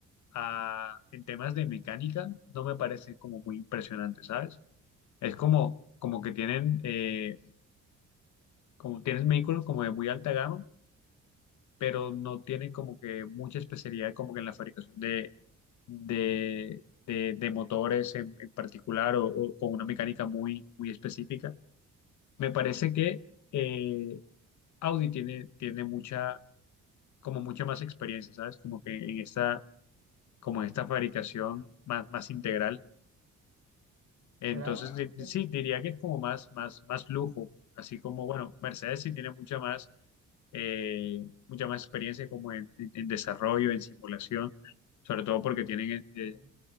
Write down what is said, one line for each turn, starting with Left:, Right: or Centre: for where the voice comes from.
Left: a- en temas de mecánica no me parece como muy impresionante, ¿sabes? Es como, como que tienen, eh, como tienen vehículos como de muy alta gama, pero no tienen como que mucha especialidad como que en la fabricación de, de, de- de motores en, en particular o, o con una mecánica muy, muy específica. Me parece que... eh, Audi tiene, tiene mucha, como mucha más experiencia, ¿sabes? Como que en esta, como en esta fabricación más, más integral. Entonces,
Right: ¿Será?
Left: di- di-
Right: Sí.
Left: sí, diría que es como más, más, más lujo. Así como, bueno, Mercedes sí tiene mucha más, eh, mucha más experiencia como en, en- en desarrollo, en simulación, sobre todo porque tienen eh,
Right: Mm.